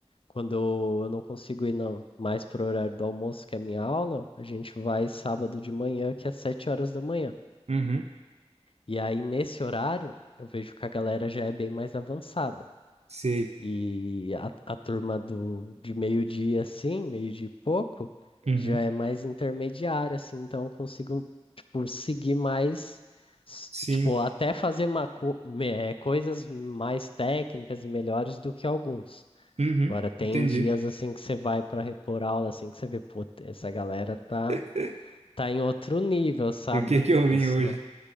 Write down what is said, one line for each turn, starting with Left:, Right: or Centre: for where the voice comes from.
Left: Quando eu eu não consigo ir não, mais pro horário do almoço, que é a minha aula, a gente vai sábado de manhã, que é sete horas da manhã.
Right: uhum.
Left: E aí, nesse horário, eu vejo que a galera já é bem mais avançada.
Right: Sei.
Left: E a, a turma do, de meio-dia, assim, meio-dia e pouco,
Right: Uhum.
Left: já é mais intermediária, assim, então eu consigo, tipo, seguir mais, s-
Right: Sim.
Left: tipo, até fazer uma, co- me- eh, coisas mais técnicas e melhores do que alguns.
Right: Uhum.
Left: Agora tem
Right: Entendi.
Left: dias assim que você vai para repor aula, assim que você vê, pô, essa galera tá,
Right: <laughs>
Left: tá em outro nível, sabe?
Right: Por que que eu vim
Left: pessoa
Right: hoje?